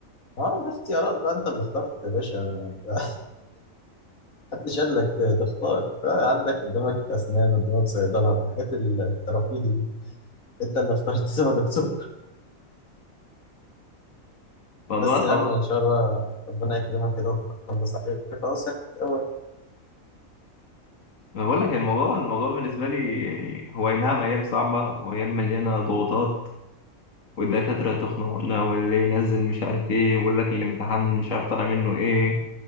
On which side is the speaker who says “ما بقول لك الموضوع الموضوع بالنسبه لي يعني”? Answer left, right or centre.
Left